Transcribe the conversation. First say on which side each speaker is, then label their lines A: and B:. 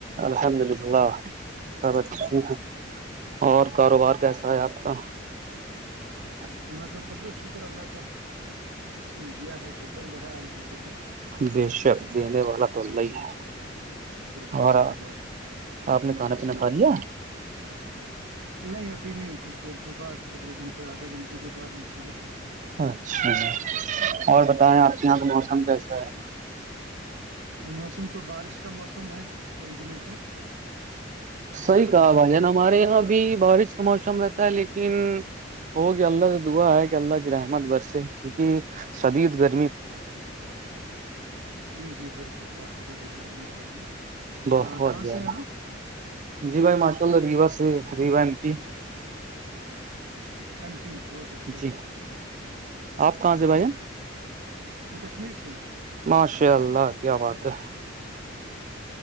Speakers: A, on the right (about 40°); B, on the right (about 80°).
A: الحمد للہ سب اچھے ہیں اور کاروبار کیسا ہے آپ کا تو
B: اللہ کا فضل شکر اللہ کا اس نے دیا ہے تو چل رہا ہے الحمد للہ
A: بے شک دینے والا تو اللہ
B: جی
A: ہی
B: جی
A: ہے
B: بالکل
A: اور
B: صحیح بات
A: آپ نے کھانا پینا
B: جی
A: کھا لیا
B: <unintelligible> کے بعد انشاء اللہ <unintelligible>
A: اچھا اور بتائیں
B: جی
A: آپ
B: جی
A: کے یہاں پہ
B: جی
A: موسم کیسا ہے
B: ہاں موسم تو بارش کا موسم ہے کئی دنوں سے کافی
A: صحیح
B: بارش
A: کہا
B: ہو
A: بھائی
B: رہی
A: جان
B: ہے
A: ہمارے یہاں ابھی بارش کا موسم رہتا ہے لیکن ہوگ اللہ سے دعا ہے کہ اللہ کی رحمت برس کیونکہ سدید ب <unintelligible>
B: جی جی بالکل کافی زیادہ گرمی ہو رہی ہے
A: بہت
B: <unintelligible> کہاں
A: زیادہ
B: سے ہیں آپ
A: جی بھائی مارج کل ریوا سے ریوا امٹی
B: ایم پی بہت اچھا
A: جی
B: بہت اچھا بہت اچھا
A: آپ کہاں
B: تو
A: سے بھائی جان
B: میں کشمیر سے ہوں <unintelligible>
A: ماشاء اللہ کیا بات ہے <unintelligible>